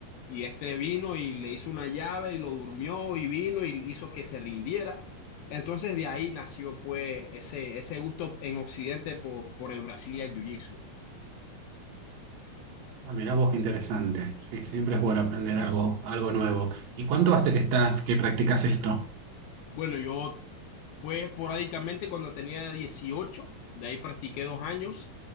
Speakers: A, on the left (about 75°); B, on the right (about 60°).
A: Y este vino y le hizo una llave y lo durmió y vino y hizo que se rindiera. Entonces de ahí nació pues ese, ese gusto en Occidente por, por el Brazilian Jiu-Jitsu.
B: Ah, mirá vos qué interesante. Sí, siempre es bueno aprender algo, algo nuevo. ¿Y cuánto hace que estás, que practicas esto?
A: Bueno, yo Fue esporádicamente cuando tenía 18, de ahí practiqué dos años.